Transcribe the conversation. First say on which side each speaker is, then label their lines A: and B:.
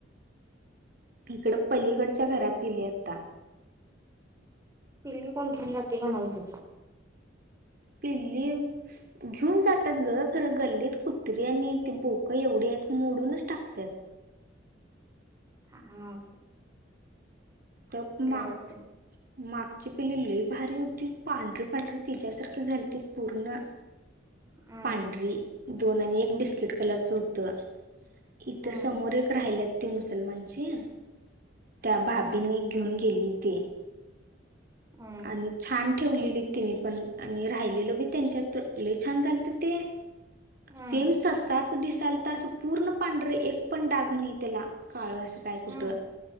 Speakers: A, on the right; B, on the right.
A: तिकडे पलीकडच्या घरात दिले आता.
B: पिल्ली कोण घेऊन जाते काय माहिते?
A: पिल्ली घेऊन जातात खरं गल्लीत कुत्री आणि ती बोकं एवढी आहेत मोडूनच टाकत्यात.
B: खानं असे
A: तप माग
B: वाटतंय
A: मागची पिल्ली लई भारी होती पांढरी-पांढरी तिच्यासारखे झालीती पूर्ण
B: हम्म
A: पांढरी दोन आणि एक बिस्किट कलरचं होतं इथे
B: हम्म
A: समोर ए क राहिल्यात ती मुसलमानची त्या भाभीने
B: हम्म
A: घेऊन गेली ते.
B: हम्म.
A: आणि छान ठेवलेली तिने पण आणि राहिलेलं बी त्यांच्या त लई छान झालते ते.
B: हम्म
A: सेम सस्सा चं दिसालता असं पूर्ण पांढरे एक पण डाग नाही त्याला काळं असं काय कुठं
B: हम्म